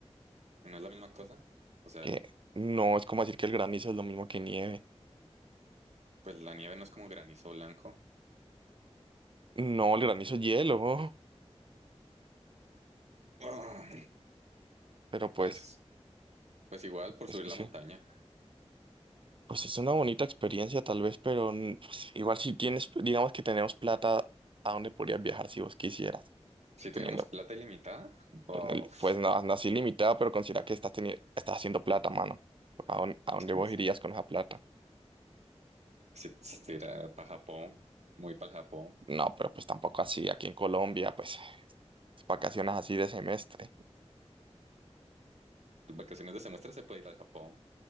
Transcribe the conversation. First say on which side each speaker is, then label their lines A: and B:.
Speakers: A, on the right; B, on the right.
A: ¿Y no es la misma cosa? O sea,
B: que
A: el-
B: no es como decir que el granizo es lo mismo que nieve,
A: pues la nieve no es como granizo blanco.
B: no, el granizo es hielo,
A: Ah,
B: <laughs> pero pues,
A: Pues, pues igual por
B: es-
A: subir la
B: sí,
A: montaña.
B: pues es una bonita experiencia tal vez, pero mm, pues, igual si tienes, digamos que tenemos plata, ¿a dónde podrías viajar si vos quisieras?
A: Si
B: teniendo
A: tuviéramos plata ilimitada, bof.
B: Pues, no, pues no, no así limitado, pero considera que estás, teni- estás haciendo plata, mano. ¿A dónde, a
A: <laughs>
B: dónde vos irías con esa plata?
A: Si, si estuviera para Japón, muy para Japón.
B: No, pero pues tampoco así. Aquí en Colombia, pues vacaciones así de semestre.
A: Las vacaciones de semestre se puede ir al Japón.